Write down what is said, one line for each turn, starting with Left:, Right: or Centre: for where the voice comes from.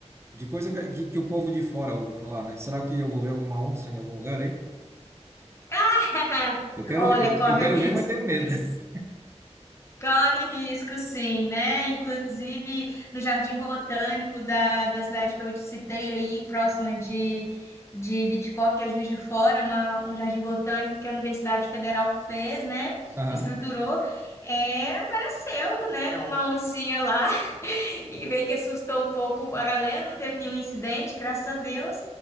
Right: de coisa que, que que o povo de fora ouve falar, né? Será que eu vou ver alguma onça em algum lugar aí?
Left: <laughs>
Right: Eu quero,
Left: Olha,
Right: ver- eu,
Left: corre
Right: eu quero
Left: o risco.
Right: ver, mas tenho medo. <laughs>
Left: Corre risco, sim, né? Inclusive no Jardim Botânico da, da cidade que eu te citei aí, próxima de, de Bitpop, que é Juiz de Fora, uma, um jardim botânico que a Universidade Federal fez, né?
Right: Aham.
Left: Estruturou, é, apareceu, né? Uma oncinha lá e meio que assustou um pouco a galera, não teve nenhum incidente, graças a Deus,